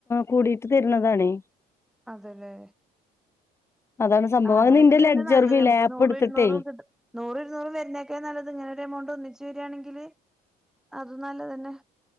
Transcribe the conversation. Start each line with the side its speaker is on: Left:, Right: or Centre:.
Left: കൂടിയിട്ട് തരുന്നതാണേ
Centre: അതല്ലേ
Left: അതാണ് സംഭവം
Centre: ആഹ് അങ്ങനെ
Left: അത് നിന്റെ
Centre: കിട്ട തന്നെ
Left: ലെഡ്ജർവില്ലേ
Centre: നല്ലത് നമുക്ക്
Left: ആപ്പ്
Centre: നൂറോ
Left: എടുത്തിട്ടേ
Centre: ഇരുന്നൂറും കിട്ടും നൂറ ഇരുന്നൂറും വരുന്നതൊക്കെയ നല്ലത് ഇങ്ങനെ ഒരു എമൗണ്ട് ഒന്നിച്ച് വരിയാണെങ്കിൽ അതും നല്ലതന്നെ